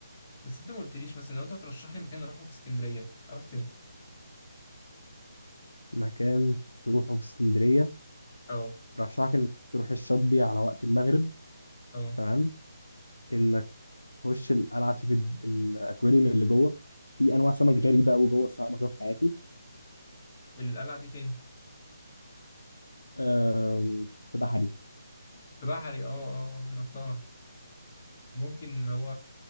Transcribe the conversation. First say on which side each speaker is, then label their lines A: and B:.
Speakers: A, on the left; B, on the left.
A: بس انت ما قلتليش مثلا لو انت هترشح لي مكان اروحه في اسكندريه اروح فين
B: مكان تروحه في اسكندرية
A: اه
B: رشحك إنك تروح الشاطبي على وقت المغرب
A: اه
B: تمام إنك تخش القلعة تشوف ال- الأكواريوم اللي جوه في أنواع سمك غريبة أوي جوه الصراحة ما أشوفها في حياتي
A: القلعه دي فين
B: أم، في بحري
A: في بحري اه اه آه، عرفتها ممكن لو